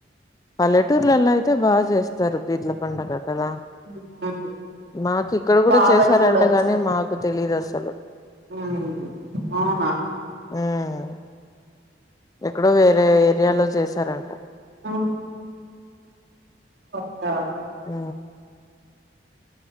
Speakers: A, on the left; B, on the right.
A: పల్లెటూర్లలో అయితే బాగా చేస్తారు పీర్ల పండగ కదా
B: <inaudible>
A: మాకు ఇక్కడ కూడా
B: బాగా
A: చేసారంటగాని
B: చూడొచ్చు
A: మాకు తెలీదు అసలు
B: ఉమ్మ్ అవునా
A: ఉమ్మ్ ఎక్కడో వేరే ఏరియాలో చేసారంట
B: ఆ పక్క
A: ఆ